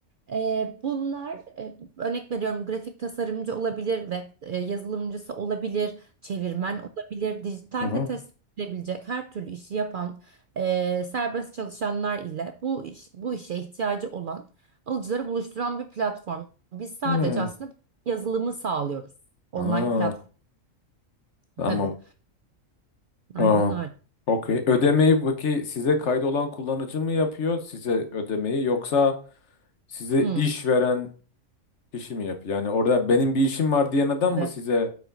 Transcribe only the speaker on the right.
Ee, bunlar e, örnek veriyorum grafik tasarımcı olabilir, web e, yazılımcısı olabilir, çevirmen olabilir, dijitalde
test edilebilecek her türlü işi yapan e, serbest çalışanlar ile bu iş, bu işe ihtiyacı olan alıcıları buluşturan bir platform. Biz sadece
aslında yazılımı sağlıyoruz. Online
platform
tabii. Aynen
öyle.
Hı.
Tabii.